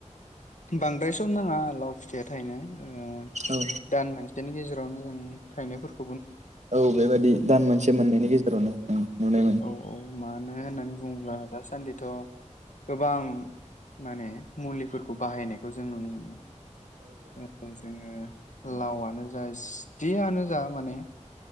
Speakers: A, on the left; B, on the right.
A: बांद्राय सम नाङा लाव फिथया थायनो ओ
B: औ
A: दान मोनसेनि गेजेरावनो जों थाइनायफोरखौ
B: औ बेबायादि दान मोनसे मोननैनि गेजेरावनो नुनो मोनो
A: औ औ मानो होननानै बुङोब्ला दासान्दिथ' गोबां माने मुलिफोरखौ बाहायनायखौ जों नुनो मोनो औ जोङो ओ लावनो जा जियनो जा माने